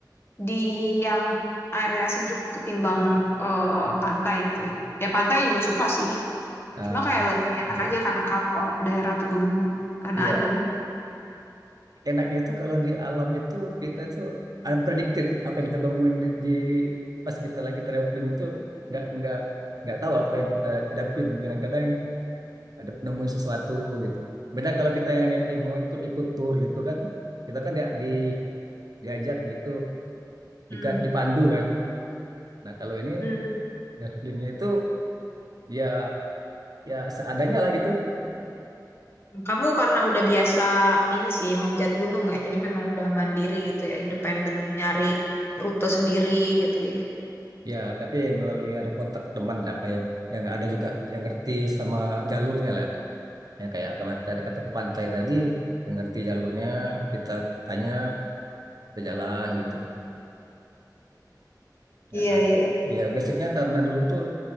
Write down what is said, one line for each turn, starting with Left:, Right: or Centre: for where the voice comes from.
Left: di yang area sejuk ketimbang eh, pantai gitu ya. Ya pantai juga suka sih.
Right: Ah,
Left: Cuma kayak lebih enak
Right: iya.
Left: aja karena kalau daerah pegunungan karena
Right: Iya,
Left: adem.
Right: enaknya itu kalau di alam itu kita tuh unpredicted apa yang kita temuin di, di pas kita lagi traveling itu nggak nggak nggak tahu apa yang kita hadapin. Kadang-kadang ada nemuin sesuatu gitu. Beda kalau kita yang yang mau ikut-ikut tour gitu kan, kita kan dia, di diajak gitu,
Left: Hmm,
Right: diga- dipandu kan. Nah, kalau ini
Left: hmm.
Right: travelingnya itu ya ya seadanya lah gitu
Left: Kamu karena udah biasa ini sih manjat gunung ya. Jadi memang udah mandiri gitu ya, independen nyari rute sendiri gitu ya.
Right: ya tapi melalui ada kontak teman lah apa yang yang ada juga yang ngerti sama jalurnya lah ya kayak kemarin tadi kata ke pantai tadi yang ngerti jalurnya kita tanya kita jalan gitu ya
Left: Iya, iya.
Right: ya basicnya karena dulu tuh